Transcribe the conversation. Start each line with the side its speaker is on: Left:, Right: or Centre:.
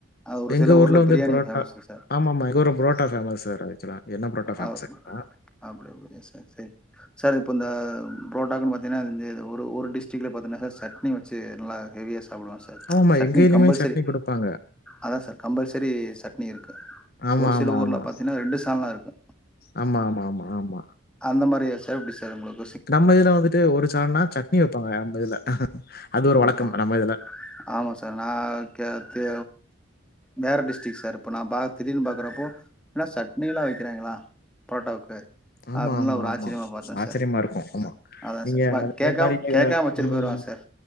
Centre: அ ஒரு
Left: எங்க
Centre: சில
Left: ஊர்ல வந்து
Centre: பிரியாணி
Left: புரோட்டா
Centre: ஃபேமஸ் சார்
Left: ஆமா ஆமா எங்க புரோட்டா பேமஸ் சார் ஆக்சுலா என்ன பரோட்டா பேமஸாக்னா
Centre: அ அப்படி அப்படியா சார் சரி சார் இப்போ இந்த புரோட்டாக்குனு பாத்திங்கன்னா அ இந்த இது ஒரு ஒரு டிஸ்டிக்டில பாத்தங்கனா சட்னி வச்சி நல்ல ஹெவியா சா சாப்பலா சார்
Left: ஆமாமா
Centre: சட்னி
Left: எங்கயிலயுமே
Centre: கம்பல்சரி
Left: சட்னி குடுப்பாங்க.
Centre: அதா சார் கம்பல்சரி சட்னி இருக்கு
Left: ஆமா,
Centre: ஒரு
Left: ஆமா,
Centre: சில ஊர்ல
Left: ஆமா.
Centre: பாத்தீங்கன்னா ரெண்டு சால்லா இருக்கு
Left: ஆமா, ஆமா, ஆமா, ஆமா.
Centre: அந்த மாரியா சார் எப்பிடி சார் உங்களுக்
Left: நம்ம இதுல வந்துட்டு ஒரு சால்னா சட்னி வைப்பாங்க நம்ம இதுல அது ஒரு வழக்கம்
Centre: ஓகே ஓகே
Left: நம்ம இதுல
Centre: ஆமா சார் நா கே தே வேறு டிஸ்டிக் சார் இப்ப நா ப திடீர்னு பாக்கறப்போ எனா சட்னியிலா வைக்கிறாங்களா புரோட்டாக்கு
Left: ஆமா,
Centre: அப்பில்லா
Left: ஆமா,
Centre: ஒரு
Left: ஆமா.
Centre: ஆச்சரியமா பத்தே
Left: ஆச்சரியமா
Centre: சார்
Left: இருக்கும். ஆமா.
Centre: அதான்
Left: நீங்க
Centre: சார்
Left: அதே
Centre: கேட்காம
Left: மாரி நீங்க
Centre: கேட்காம வச்சிட்டு
Left: ம்,
Centre: போயிருவா சார்